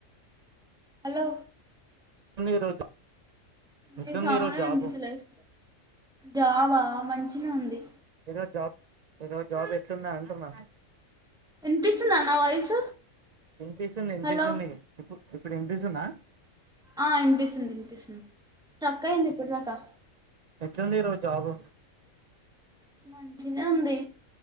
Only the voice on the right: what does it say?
ఎట్లుంది ఈరోజు ఎట్లుంది
ఈరోజు జాబు
ఈరోజు జాబ్ ఈరోజు జాబ్ ఎట్లుంది అంటున్నా
వినిపిస్తుంది వినిపిస్తుంది
ఇప్పుడు ఇప్పుడు వినిపిస్తుందా
ఎట్లుంది ఈరోజు జాబు